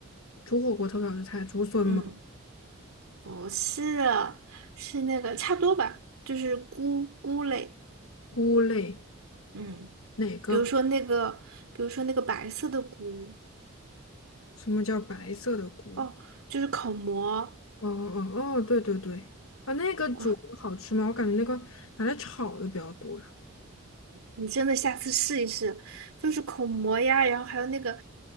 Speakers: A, on the left (about 75°); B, on the right (about 85°).
A: 煮火锅特别好吃菜，竹笋蘑
B: 嗯，不是啊，是那个差不多吧，就是菇菇类，
A: 菇类，
B: 嗯，
A: 哪个？
B: 比如说那个，比如说那个白色的菇，
A: 什么叫白色的菇？
B: 哦，就是口蘑。
A: 哦哦哦哦，对对对，啊，那个煮好吃吗？
B: 我
A: 我感觉那个拿来炒的比较多呀。
B: 你真的下次试一试，就是口蘑呀，然后还有那个，